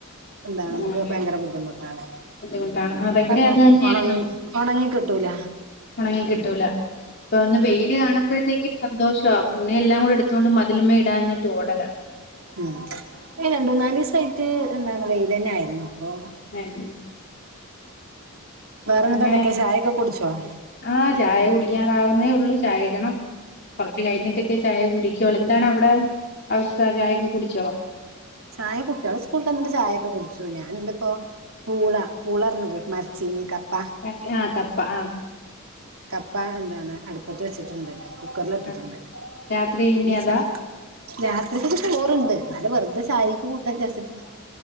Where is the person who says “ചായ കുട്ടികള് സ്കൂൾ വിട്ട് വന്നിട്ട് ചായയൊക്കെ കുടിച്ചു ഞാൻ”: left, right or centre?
Right